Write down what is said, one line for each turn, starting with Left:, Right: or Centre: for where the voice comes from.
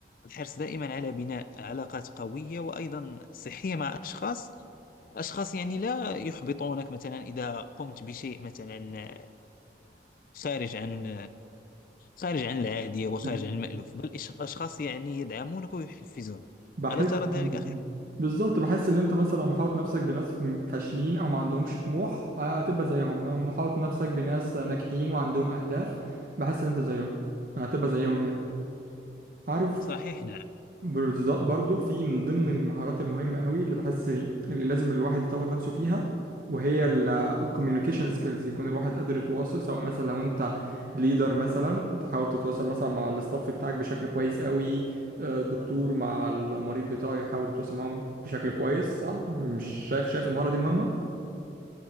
Left: الحرص دائما على بناء علاقات قوية وأيضا صحية مع أشخاص أشخاص يعني لا يحبطونك مثلا إذا قمت بشيء مثلا خارج عن خارج عن العادية وخارج
Right: بز...
Left: عن المألوف بل أشخاص يعني يدعمونك ويحفزونك
Right: بحس
Left: ألا ترى
Right: آه،
Left: ذلك
Right: بالظبط
Left: أخي
Right: بالظبط بحس ان انت مثلا لو محاوط نفسك بناس م- فاشلين او ما عندهمش طموح هتبقى زيهم لو محاوط نفسك بناس ناجحين وعندهم اهداف بحس ان انت زيهم هتبقى زيهم يعني عارف
Left: صحيح نعم
Right: بالظبط برضو في من ضمن المهارات المهمة قوي اللي بحس اللي لازم الواحد يطور نفسه فيها وهي الكوميونيكيشن سكيلز يكون الواحد قادر يتواصل سواء مثلا لو انت ليدر مثلا تحاول تتواصل مثلا مع الاستاف بتاعك بشكل كويس قوي آه، دكتور مع المريض بتاعه يحاول يتواصل معاهم بشكل كويس صح مش شايف شايف المهارة دي مهمة